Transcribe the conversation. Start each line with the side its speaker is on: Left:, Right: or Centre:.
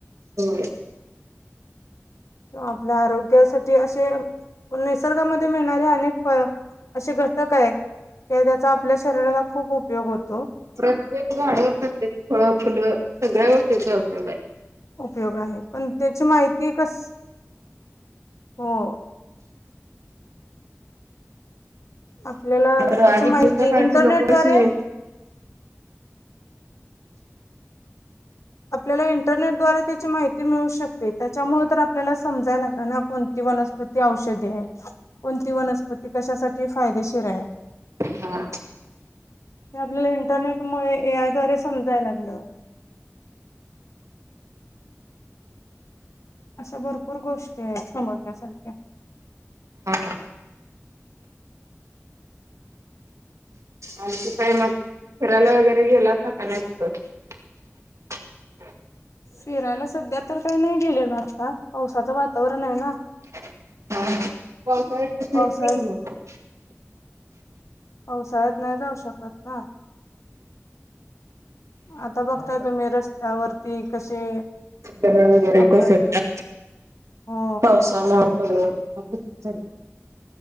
Right: होय.
Left: किंवा आपल्या आरोग्यासाठी अशे निसर्गामध्ये मिळणारे अनेक प अशे घटक आहेत. ते त्याचा आपल्या शरीराला खूप उपयोग होतो.
Right: प्रत्येक झाडं प्रत्येक फळ फुलं सगळ्या गोष्टींचा उपयोग आहे.
Left: उपयोग आहे पण त्याची माहिती कसं हो. आपल्याला
Right: तर
Left: त्याची
Right: आधी
Left: माहिती
Right: पुढच्या काळची
Left: इंटरनेटद्वारे
Right: लोकं कशी
Left: आपल्याला इंटरनेटद्वारे त्याची माहिती मिळू शकते त्याच्यामुळे तर आपल्याला समजाय लागणार कोणती वनपती औषधी आहे कोणती वती ती कशासाठी फायदेशीर आहे हे
Right: हा.
Left: ते आपल्याला इंटरनेटमुळे ए आय द्वारे समजाय लागलं. अशा भरपूर गोष्टी आहेत समजण्यासारख्या.
Right: हां. आणखी काय मग फिरायला वगैरे गेले का काय नसतं? <inaudible>
Left: फिरायला सध्या तर काही नाही गेलेल आता पावसाचं वातावरण आहे ना.
Right: <unintelligible> <unintelligible>
Left: पावसा पावसाळ्यात नाही जाऊ शकत ना. आता बघताय तुम्ही रस्त्यावरती कसे.
Right: ड वगैरे
Left: अपघात
Right: कस येत
Left: होईल. हो
Right: पास. <unintelligible>